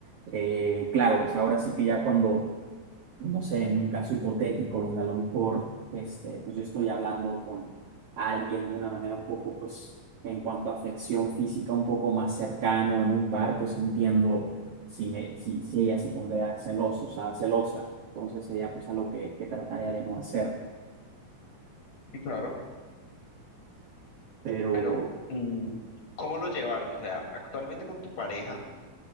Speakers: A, on the right; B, on the left.
A: Eh, claro, o sea, ahora sí que ya cuando, no sé, en un caso hipotético donde a lo mejor, este, pues yo estoy hablando con alguien de una manera un poco, pues, en cuanto a afección
B: ujú.
A: física, un poco más cercano en un bar, pues entiendo si me, si, si ella se pondría celoso, o sea, celosa. Entonces ella pues, algo que, que trataría de no hacer.
B: Sí, claro.
A: Pero
B: Pero, mm, ¿cómo lo llevaron? O sea, actualmente con tu pareja,